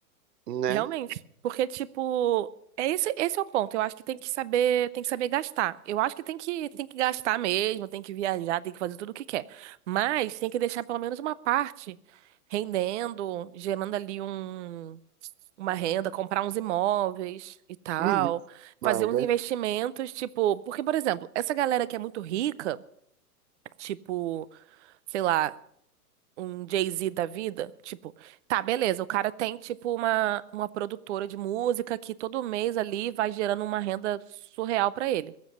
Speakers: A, on the right (about 85°); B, on the right (about 50°).
A: né?
B: Realmente. Porque, tipo, é esse, esse é o ponto. Eu acho que tem que saber, tem que saber gastar. Eu acho que tem que, tem que gastar mesmo, tem que viajar, tem que fazer tudo o que quer. Mas tem que deixar pelo menos uma parte rendendo, gerando ali um, uma renda, comprar uns imóveis e tal,
A: Uhum. Mas,
B: fazer uns investimentos, tipo, porque, por exemplo, essa galera que é muito rica, tipo, sei lá um Jay-Z da vida, tipo, tá, beleza, o cara tem, tipo, uma, uma produtora de música que todo mês ali vai gerando uma renda surreal pra ele.